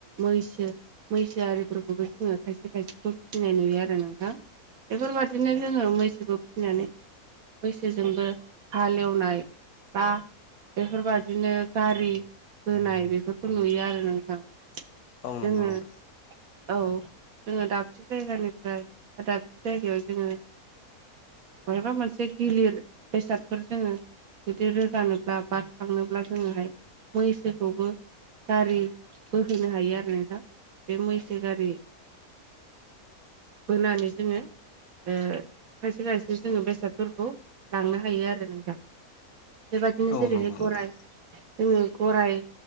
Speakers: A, on the right; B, on the left.
A: मैसो मैसो आरिफोरखौबो जोङो खायसे खायसेखौ फिसिनाय नुयो आरो नोंथां बेफोरबायादिनो जोङो मैसोखौ फिनानै मैसोजोंबो हालेवनाय बा बेफोरबादिनो गारि बोनाय बेफोरखौ नुयो आरो नोंथां जोङो
B: औ नंगौ नोंथां
A: औ जोङो दाबसे जायगानिफ्राय दाबसे जायगायाव जोङो बहायबा मोनसे गिलिर बेसादफोर जोङो जुदि रोगानोब्ला बा थांनोब्ला जोङोहाय मैसोखौबो गारिबोहोनो हायो आरो नोंथां बे मैसो गारि बोनानै जोङो ओ खायसे खायसे जोङो बेसादफोरखौ लांनो हायो आरो नोंथां बेबादिनो
B: औ
A: जेरैहाय
B: नंगौ
A: गराय
B: नोंथां
A: जोङो गराय